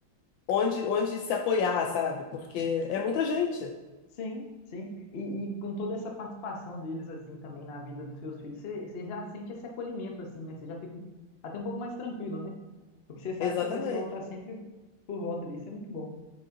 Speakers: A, on the left; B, on the left.
A: onde, onde se apoiar, sabe? Porque é muita gente.
B: Sim, sim. E, e com toda essa participação deles, assim, também na vida dos seus filhos, você, você já sente esse acolhimento, assim, né? Você já fica até um pouco mais tranquilo, né? Porque você sabe
A: Exatamente.
B: que o pessoal tá sempre por volta disso, é muito bom.